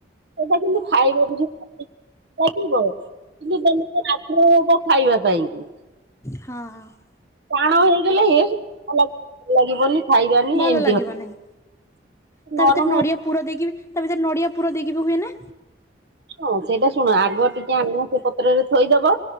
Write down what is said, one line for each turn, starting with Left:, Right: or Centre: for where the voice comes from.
Right: ସେଇଟା କିନ୍ତୁ ଖାଇବ <unintelligible> ଲାଗିବ <unintelligible> ଖାଇବା ପାଇଁ କି।
Left: ହଁ, ହଁ।
Right: ଟାଣ ହେଇଗଲେ ହେ <unintelligible> ଲାଗିବନି। ଖାଇବାନି
Left: ଭଲ
Right: ଏମତି
Left: ଲାଗିବ
Right: ହବ
Left: ନାହିଁ। ତା
Right: ନରମ
Left: ଭିତରେ ନଡିଆ ପୁର ଦେଇକି ବି ତା ଭିତରେ ନଡିଆ ପୁର ଦେଇକି ହୁଏ ନା?
Right: ହଁ ସେଇଟା ଶୁଣ ଆଗ ଟିକେ ଆମ ସେ ପତ୍ରରେ ଥୋଇଦବ